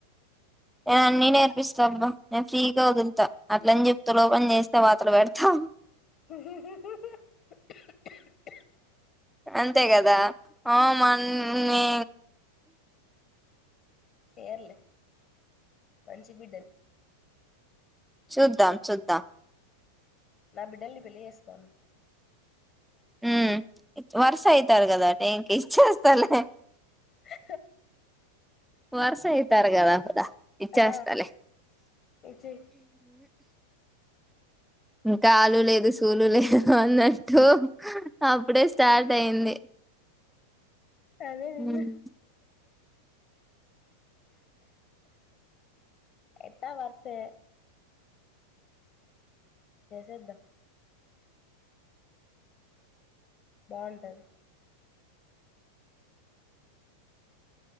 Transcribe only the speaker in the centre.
నేను అన్ని నేర్పిస్తా అబ్బా నేను ఫ్రీగా వదులుతా అట్లని చెప్పి తులగపని చేస్తే వాతలు పెడతా
అంతే కదా అ మ నే
చూద్దాం చూద్దాం
హ్మ్ వరుస అయితారు కదా టైంకి ఇచ్చేస్తలే
వరుసయితారుగదా అంతా ఇచ్చేస్తాలే
ఇంకా ఆలు లేదు సూలు లేదు అన్నట్టు అప్పుడే స్టార్ట్ అయింది
ఉమ్